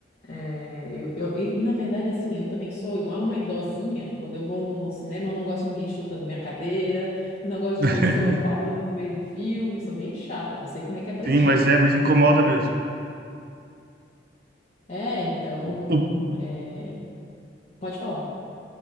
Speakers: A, on the left; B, on the right.
A: É, eu, eu- e, e, na verdade, assim, eu também sou igual uma idosinha. Quando eu vou no cinema, eu não gosto de ninguém chutando minha cadeira, eu não gosto
B: <laughs>
A: de pessoa falando no meio do filme. Eu sou bem chata, não sei como é que é pra
B: Sim,
A: ti.
B: mas é, mas incomoda mesmo.
A: É, então,
B: O-
A: é, pode falar.